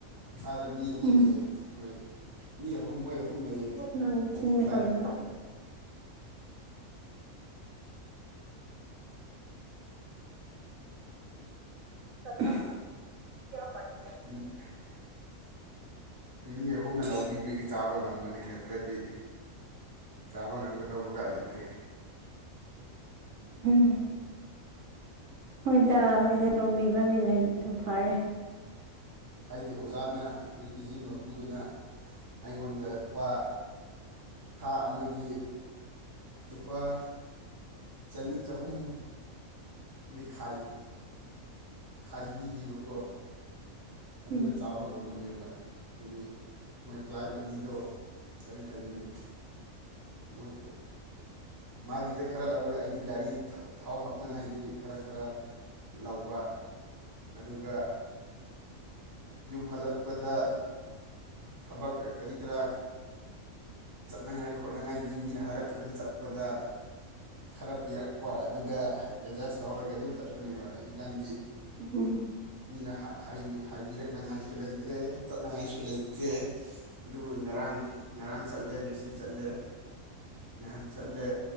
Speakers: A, on the right (about 15°); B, on the right (about 75°).
A: ꯑꯥꯗ ꯃꯤ ꯑꯅꯤ
B: ꯎꯝ
A: ꯂꯩꯌꯦ ꯑꯩꯈꯣꯏ ꯃꯤ ꯑꯍꯨꯝ ꯃꯣꯏ ꯑꯍꯨꯝ ꯂꯩꯌꯦ
B: ꯅꯪ
A: ꯑꯩꯒꯤ
B: ꯊꯤꯡꯕ
A: ꯀ꯭ꯂꯥꯏꯟ
B: ꯁꯥꯕꯤꯔꯣ <unintelligible>
A: <unintelligible> ꯃꯤ ꯑꯍꯨꯝꯅ ꯂꯧꯕꯤꯕꯒꯤ ꯆꯥꯕ ꯉꯝꯕꯅꯦ ꯅꯠꯇ꯭ꯔꯗꯤ ꯀꯥꯕ ꯉꯝꯒꯗꯧꯕꯒ ꯅꯠꯇꯦ
B: ꯎꯝ ꯍꯣꯏꯗ ꯍꯣꯏꯗ ꯂꯧꯕꯤꯕ ꯃꯤ ꯂꯩꯕꯗꯣ ꯐꯩ
A: ꯍꯥꯏꯗꯤ ꯑꯣꯖꯥꯅ ꯍꯧꯖꯤꯛꯀꯤ ꯖꯤꯝ ꯃꯄꯨꯗꯨꯅ ꯑꯩꯉꯣꯟꯗ ꯂꯨꯄꯥ ꯊꯥ ꯑꯃꯒꯤ ꯂꯨꯄꯥ ꯆꯅꯤ ꯆꯍꯨꯝ ꯗꯤ ꯈꯥꯏ ꯈꯥꯏꯕꯤꯔꯤꯕꯀꯣ ꯑꯗꯨꯅ
B: ꯎꯝ
A: ꯆꯥꯕ ꯉꯝꯕꯅꯦꯕ ꯍꯥꯏꯗꯤ ꯃꯥꯏ ꯀ꯭ꯂꯥꯏꯟ ꯑꯅꯤꯗꯣ ꯀꯔꯤ ꯍꯥꯏꯒꯅꯤ <unintelligible> ꯃꯥꯒꯤꯗ ꯈꯔ ꯂꯧꯔꯒ ꯑꯩꯒꯤ ꯒꯥꯔꯤ ꯊꯥ ꯊꯥꯎ ꯍꯥꯞꯅꯉꯥꯏꯒꯤ ꯈꯔ ꯈꯔ ꯂꯧꯕ ꯑꯗꯨꯒ ꯌꯨꯝ ꯍꯜꯂꯛꯄꯗ ꯊꯕꯛ ꯀꯔꯤ ꯀꯔꯥ ꯆꯠꯅ ꯈꯣꯠꯅꯉꯥꯏꯒꯤ ꯃꯤꯅ ꯍꯥꯏꯔꯛꯄꯗꯨꯗ ꯆꯠꯄꯗ ꯈꯔ ꯄꯤꯔꯛꯄ ꯑꯗꯨꯒ ꯑꯦꯠꯖꯁ ꯇꯧꯔꯒ ꯑꯗꯨꯝ ꯆꯠꯄꯅꯦꯕ ꯍꯧꯖꯤꯛꯀꯥꯟꯗꯤ
B: <unintelligible>
A: ꯃꯤꯅ ꯍꯥꯏ ꯍꯥꯏꯕꯤ ꯍꯥꯏꯕꯤꯔꯛꯅꯉꯥꯏꯁꯨ ꯂꯩꯇ꯭ꯔꯦ ꯆꯠꯅꯉꯥꯏꯁꯨ ꯂꯩꯇ꯭ꯔꯦ ꯑꯗꯨꯕꯨ ꯉꯔꯥꯡ ꯉꯔꯥꯡ ꯆꯠꯂꯦ ꯉꯁꯤ ꯆꯠꯂꯦ ꯅꯍꯥꯟ ꯆꯠꯂꯦ